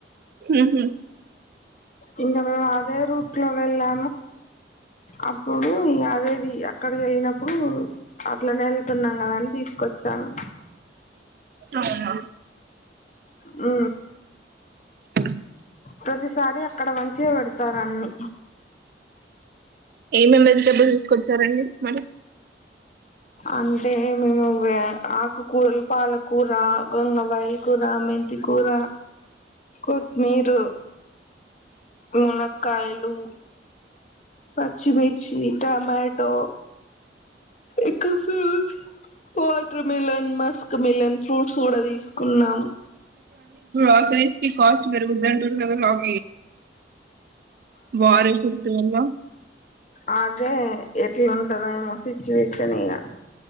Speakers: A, on the right; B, on the left.
A: ఉహు
B: ఇన్ మే అదే రూట్ లో వెళ్ళా అప్పుడు అదే అది అక్కడికి వెళ్ళినప్పుడు అట్లనే వెళ్తున్నాం కదంీ తీ కొచను
A: అవునా
B: అ
A: అ
B: ప్రతిసారి అక్కడ వంచి పెడతారున్ని
A: ఏమేమి వెజిటేబుల్ తీసుకొచ్చారంండి మనం
B: అంటే మేము ఆకుకూరలు పాలకూర గంగ బయల కూూర మెంత కూూర కొత్మీరు ములక్కలు పర్చ్చిమిర్చి టమాటో ఇ ఫ watermelon muskmelon fruits కూడా తీసుకున్నాం
A: ఆ సరీస్ కి కాస్ట్ పెరుగుది అంటుారు కదా లాగ వార చుట్టు వల్ల
B: అే ఎ ఉంట సిచుేషన్ ఏగా